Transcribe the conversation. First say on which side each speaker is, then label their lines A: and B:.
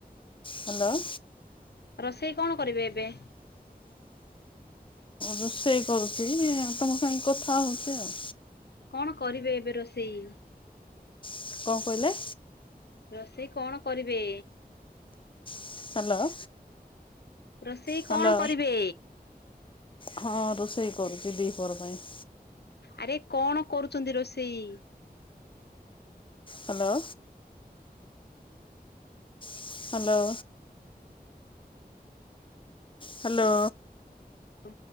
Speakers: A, on the left; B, on the left.
A: ହାଲୋ।
B: ରଷେଇ କଣ କରିବେ ଏବେ?
A: ରୋଷେଇ କରୁଚି ଆ ତମ ସାଙ୍ଗେ କଥା ହଉଚି ଆଉ।
B: କଣ କରିବେ ଏବେ ରୋଷେଇ?
A: କଣ କହିଲେ
B: ରୋଷେଇ କଣ କରିବେ
A: ହ୍ୟାଲୋ
B: ରୋଷେଇ
A: ହ୍ୟାଲୋ
B: କଣ କରିବେ
A: ହଁ ରୋଷେଇ କରୁଛି ଦିପର ପାଇଁ
B: ଆରେ କଣ କରୁଛନ୍ତି ରୋଷେଇ
A: ହ୍ୟାଲୋ ହ୍ୟାଲୋ ହ୍ୟାଲୋ
B: ହ